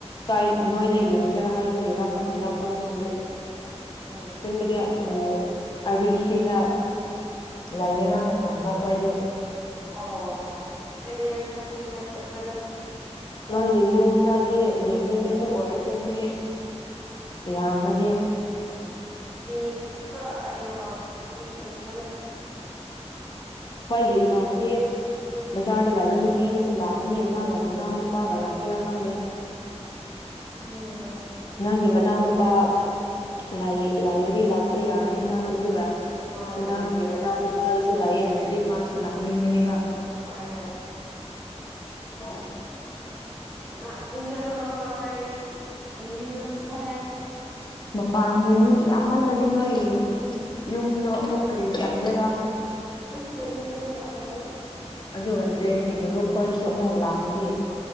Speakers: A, on the left; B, in the centre.
A: ꯀꯥꯏ ꯅꯣꯏꯗ ꯌꯦꯡꯁꯦꯔꯥ ꯍꯥꯏꯕꯒꯤꯔꯥ ꯈꯪꯗꯦꯗ ꯑꯩꯈꯣꯏꯁꯨ ꯍꯧꯖꯤꯛ
B: ꯎꯝ
A: ꯑꯆꯦꯡꯕꯗꯤ ꯎꯝ ꯁꯤꯗ ꯂꯩꯒꯦꯔꯥꯅ ꯈꯟꯕ ꯈꯣꯏꯗꯤ
B: ꯑꯣ ꯑꯩꯗꯤ ꯑꯥꯔ ꯕꯤ ꯁꯤꯗ ꯆꯠꯂ
A: ꯅꯣꯏꯒꯤ ꯌꯨꯝꯗꯗꯤ ꯌꯦꯡꯅꯤꯡꯉꯦ ꯑꯗꯨ ꯑꯣꯏꯔꯁꯨ ꯃꯤ ꯌꯥꯝꯔꯗꯤ
B: ꯃꯤ ꯈꯔ ꯌꯥꯝ ꯑ ꯃꯤ ꯌꯥꯝꯂꯔꯣꯏ
A: ꯍꯣꯏꯒꯤ ꯏꯃꯥꯟꯅꯕꯤ ꯕꯖꯥꯔꯗ ꯂꯩꯕ ꯅꯨꯄꯤꯗꯨꯁꯨ ꯂꯥꯛꯀꯅꯤ ꯃꯥꯒ ꯃꯅꯥꯎ ꯅꯨꯄꯥꯒ ꯂꯥꯛꯀꯦꯔꯥ ꯈꯪꯗꯦ
B: ꯑꯗꯨ ꯌꯥ
A: ꯅꯪꯒꯤ ꯃꯅꯥꯎꯅꯨꯄꯥ ꯂꯩ ꯂꯩꯔꯗꯤ ꯂꯥꯛꯄ ꯌꯥꯒꯅꯤ ꯃꯥꯁꯨ ꯑꯗꯨꯒ
B: ꯍꯣꯏ ꯍꯣꯏ
A: ꯅꯪꯒꯤ
B: ꯌꯥꯒꯅꯤ
A: ꯃꯅꯥꯎ ꯅꯨꯄꯥꯗꯨꯁꯨ ꯂꯩꯑꯦ ꯍꯥꯏꯔꯗꯤ ꯃꯥꯁꯨ ꯂꯥꯛꯅꯤꯡꯒꯅꯤꯕ
B: ꯍꯣꯏ ꯍꯣꯏ
A: <unintelligible>
B: ꯂꯥꯛꯃꯤꯟꯅꯔꯣꯏ ꯌꯦꯡꯃꯤꯟꯅꯁꯦ
A: ꯃꯄꯥꯟꯗꯤ ꯃꯤ ꯌꯥꯝꯃꯜꯂꯗꯤ ꯅꯣꯏ ꯌꯨꯝꯗꯣ ꯑꯃꯨꯛ ꯀꯔꯤ ꯈꯟꯒꯦꯔꯥ
B: ꯑꯁ ꯇꯨꯝꯅꯤꯡꯉꯁꯨ ꯑ ꯍꯥꯏꯗꯔꯦ
A: ꯑꯗꯨꯒ ꯗ꯭ꯔꯦꯡꯒꯤ ꯃꯔꯨꯞ ꯈꯣꯏꯗꯨꯁꯨ ꯑꯃꯨꯛ ꯂꯥꯛꯑꯗꯤ